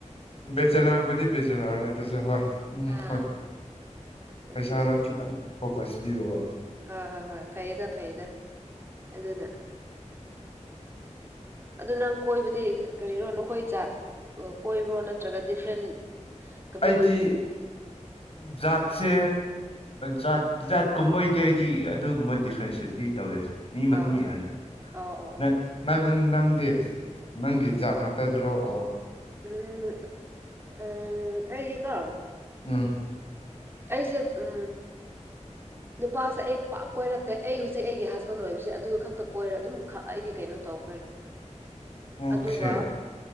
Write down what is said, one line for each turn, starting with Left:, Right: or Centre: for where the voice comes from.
Left: ꯕꯦꯆꯜ ꯂꯕꯨꯗꯤ ꯕꯦꯆꯜ ꯂꯧꯥꯎꯔꯔꯦ ꯑꯗꯨꯁꯨ ꯍꯣꯏ ꯎꯝ
Right: ꯑꯥ
Left: ꯍꯣꯏ
Right: ꯑꯣꯀꯦ
Left: ꯄꯩꯁꯥꯗ ꯈꯤꯇꯪ ꯐꯣꯀꯁ ꯄꯤꯕꯕꯣ
Right: ꯍꯣꯏ ꯍꯣꯏ ꯍꯣꯏ ꯐꯩꯗ ꯐꯩꯌꯦꯗ ꯑꯗꯨꯅ ꯑꯗꯨ ꯅꯪ ꯀꯣꯏꯕꯗꯤ ꯀꯔꯤꯔꯣ ꯅꯈꯣꯏ ꯖꯥꯠ ꯀꯣꯏꯕ꯭ꯔꯣ ꯅꯠꯇ꯭ꯔꯒ ꯗꯤꯐ꯭ꯔꯦꯟ ꯀꯝꯃ꯭ꯌꯨꯅꯤꯇꯤ
Left: ꯑꯩꯗꯤ ꯖꯥꯠꯁꯦ ꯖꯥꯠ ꯖꯥꯠꯀꯨꯝꯕꯒꯤꯗꯤ ꯑꯩꯗꯤ ꯑꯗꯨꯒꯨꯝꯕ ꯗꯤꯐ꯭ꯔꯦꯟꯁꯌꯦꯠꯇꯤ ꯇꯧꯔꯦ ꯃꯤ ꯃꯇꯨꯡ
Right: ꯑꯥ
Left: ꯏꯂꯂꯦ
Right: ꯑꯥ ꯑꯧ ꯑꯧ ꯑꯧ
Left: ꯅꯪ ꯅꯪ ꯅꯪꯗꯤ ꯅꯪꯒꯤ ꯖꯥꯠ ꯉꯥꯛꯇꯗꯨꯔꯣ ꯑꯣ
Right: ꯎꯝ ꯎ ꯑꯩꯁꯦꯀꯣ
Left: ꯎꯝ
Right: ꯑꯩꯁꯦ ꯎ ꯅꯨꯄꯥꯁꯦ ꯑꯩ ꯄꯥꯛꯞ ꯀꯣꯏꯔꯛꯇꯦ ꯑꯩ ꯍꯧꯖꯤꯛ ꯑꯩꯒꯤ ꯍꯁꯕꯦꯟ ꯑꯣꯏꯕꯕꯁꯤꯦ ꯑꯗꯨ ꯈꯛꯇ ꯀꯣꯏꯔ ꯑꯗꯨꯝ ꯈꯛ ꯑꯩꯗꯤ ꯀꯩꯅꯣ ꯇꯧꯈ꯭ꯔꯦ
Left: ꯑꯣꯈꯦ
Right: ꯑꯗꯨꯒ